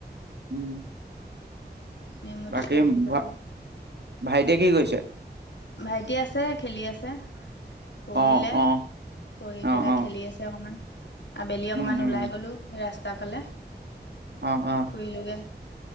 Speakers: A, on the right; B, on the left.
A: উম
B: নেমুটো
A: বাকী
B: খাই থাকিব
A: ভ
B: লাগে
A: ভাইটিয়ে কি কৰিছে?
B: ভাইটি আছে খেলি আছে। পঢ়িলে
A: অ', অ',
B: পঢ়ি
A: অ',
B: পেলাই
A: অ',
B: খেলি আছে অকণমান, আবেলি অকণমান
A: উম, উম,
B: ওলাই গ'লোঁ। ৰাস্তা ফালে।
A: অ অ।
B: কৰিলোগে।